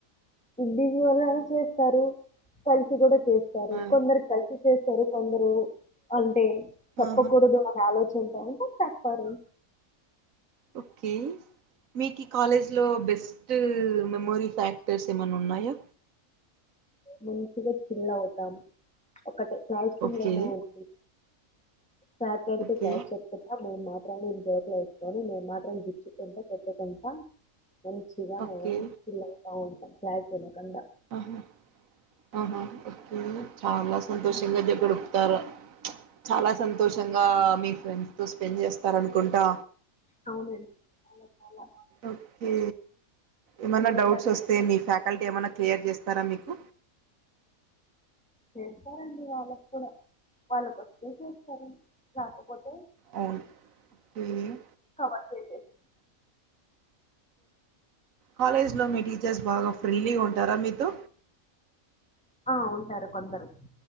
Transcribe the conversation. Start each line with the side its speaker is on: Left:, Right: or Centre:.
Centre: ఇండివుడల్ గా చేస్తారు కలిసి కూడా చేస్తారు
Right: ఆ!
Centre: కొందరు కలిసి చేస్త సరే కొందరు అంటె చెప్పకూడదు
Right: ఆహా!
Centre: అనే ఆలోచన ఉంటే ఉంటాయి తప్పదు
Right: ఓకే మీకు కాలేజ్లో బెస్ట్ మెమోరీ ఫ్యాక్టర్స్ ఏమైనా ఉన్నాయా
Centre: మంచిగా చిల్ అవుతాం అప్ ఒకట క్లాస్రూమ్
Right: ఓకే.
Centre: లని ఉంటుది ఫ్యాకల్టీ
Right: ఓకే.
Centre: క్లాస్ చెప్పిస్తాము మేము మాత్రమే జోకులు వేసుకొని మేము మాత్రమే గిచ్చుకుంటా కొట్టుకొంటా మంచిగా
Right: ఓకే.
Centre: పిల్ల కాగు క్లాస్ వినకుండా
Right: ఆహా ఆహా ఓకే చాలా సంతోషంగా గడుపుతారు చాలా సంతోషంగా మీ ఫ్రెండ్స్ తో స్పెండ్ చేస్తారు అనుకుంటా
Centre: అవునండి చాలా
Right: ఓకే ఏమన్నా
Centre: మీరు
Right: డౌట్స్
Centre: ఎలా
Right: వస్తే మీ ఫ్యాకల్టీ ఏమన్నా క్లేయర్ చేస్తారా మీకు
Centre: చేస్తారండి వాళ్ళకు కూడా వాళ్ళకు వస్తే చేస్తారండి లేకపోతే
Right: అవును మ్మ్
Centre: కవర్ చేసేసి
Right: కాలేజ్లో మీ టీచర్స్ బాగా ఫ్రెండ్లీ గా ఉంటారా మీతో
Centre: ఆ ఉంటారు కొందరు